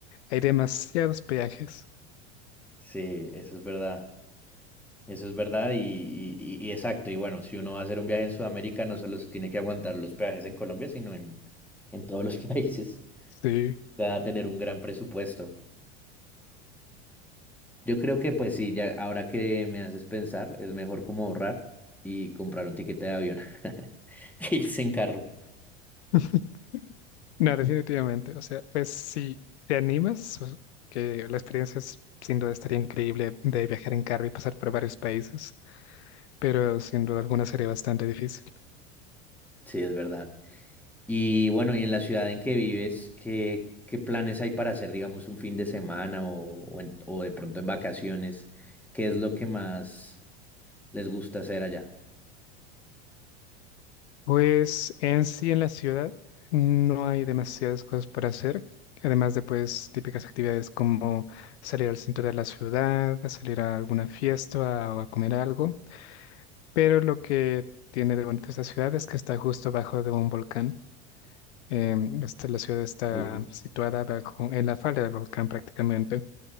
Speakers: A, on the left; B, in the centre.
A: Hay demasiados peajes.
B: sí, eso es verdad, eso es verdad y, y- y- y exacto, y bueno, si uno va a hacer un viaje en Sudamérica, no solo se tiene que aguantar los peajes en Colombia, sino en, en todos los <laughs> países,
A: Sí.
B: va a tener un gran presupuesto. Yo creo que pues sí, ya ahora que me haces pensar, es mejor como ahorrar y comprar un tiquete de avión <laughs> que irse en carro.
A: <laughs> No, definitivamente. O sea, pues si te animas, o- que la experiencia es, sin duda estaría increíble de viajar en carro y pasar por varios países, pero sin duda alguna sería bastante difícil.
B: Sí, es verdad. Y bueno, y en la ciudad en que vives, ¿qué, qué planes hay para hacer, digamos, un fin de semana o, o en- o de pronto en vacaciones? ¿Qué es lo que más les gusta hacer allá?
A: Pues en sí en la ciudad no hay demasiadas cosas para hacer, además de pues típicas actividades como salir al centro de la ciudad, a salir a alguna fiesta o a comer algo, pero lo que tiene de bonito esta ciudad es que está justo bajo de un volcán. Em, esta- la ciudad está
B: Ujú.
A: situada bajo, en la falda del volcán prácticamente